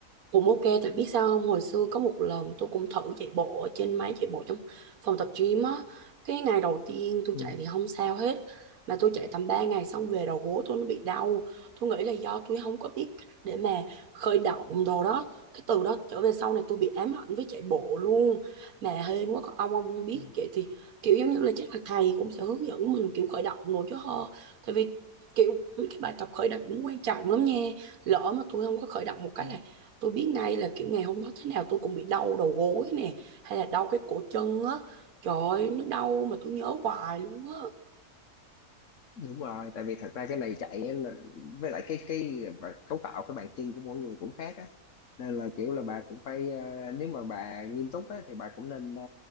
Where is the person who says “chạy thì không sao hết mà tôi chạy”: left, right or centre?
Right